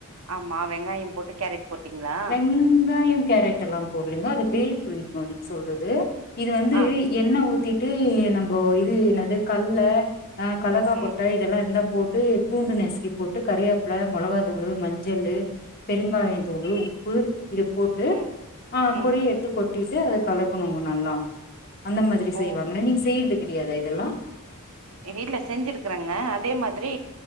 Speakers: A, on the right; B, on the left.
A: ஆமா வெங்காயோ போட்டு கேரட் போட்டீங்களா
B: வெங்காயோ கேரட் எல்லா போடலிங்கோ அது பேல் பூரிங்கோ நீங் சொல்றது இது வந்து
A: ஆ
B: எண்ண ஊத்திட்டு நம்போ இது என்னது கல்ல அ கலக்கா
A: ம்
B: கொட்ட இதெல்லா இருந்தா போட்டு பூண்டு நசுக்கி போட்டு கறிவேப்புல மொளகா தூளு மஞ்சள்ளு பெருங்காயந் தூளு ப்பு இத போட்டு
A: ம்
B: அ
A: ம்
B: பொரி எடுத்து கொட்டிட்டு அத கலக்கணுங்க நல்லா அந்த மாதிரி செய்வாங்க
A: ஓ
B: நீங் செய்யறது கெடையாதா இதெல்லா
A: எங்க வீட்ல செஞ்சிருக்கறங்க அதே மாதிரி